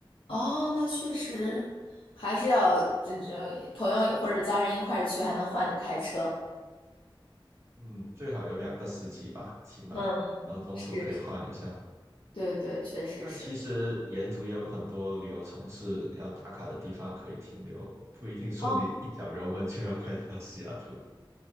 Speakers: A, on the left (about 80°); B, on the right (about 30°).
A: 哦，那确实还是要这这朋友或者家人一块儿去，还能换着开车。
B: 嗯，最好有两个司机吧，起码，
A: 嗯。
B: 然后中途可以换一下。
A: 是，是对对，确实是。
B: 但其实沿途也有很多旅游城市要打卡的地方可以停留，不一定说你一脚油门就要开到西雅图，
A: 哦，